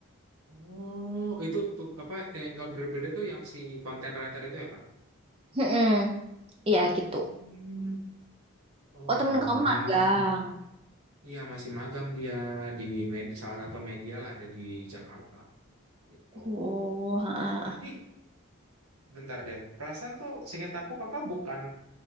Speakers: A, on the right; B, on the right.
A: Oh, itu tuh apa yang kabar berbeda tuh yang si content writer itu ya Kak?
B: Mm-mm. Iya
A: Hmm.
B: gitu
A: Oh,
B: oh
A: alah.
B: temen kamu magang
A: Iya masih magang dia di med- salah satu media lah ada di Jakarta gitu.
B: oh ha,
A: Tapi Bentar deh. Perasaan tuh seingat aku kakak bukan